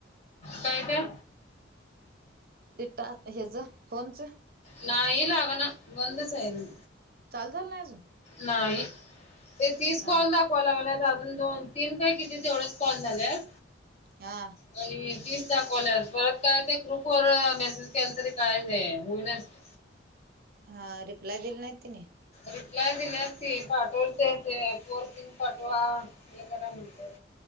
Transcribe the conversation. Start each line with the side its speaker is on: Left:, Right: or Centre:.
Left: काय ते?
Right: ते टा, हेच फोनचं?
Left: नाही लागणा, बंदच आहे नव.
Right: चालू झालं नाही अजून?
Left: नाही, ते तीस कॉल
Right: हा
Left: दाख कॉल लावल्यात, अजून दोन तीन काय किती तेवढच कॉल झाल्यात.
Right: हा.
Left: आणि तीस दाखवल्यात, परत काय ते ग्रुपवरर मेसेज केला, तरी काय नाही, होईनाच ते.
Right: हां, रिप्लाय दिली नाहीत तिनी?
Left: रिप्लाय दिल्यात की, ती <unintelligible> ते पोरसिंग पाटवा. हे करा म्हणत्यात,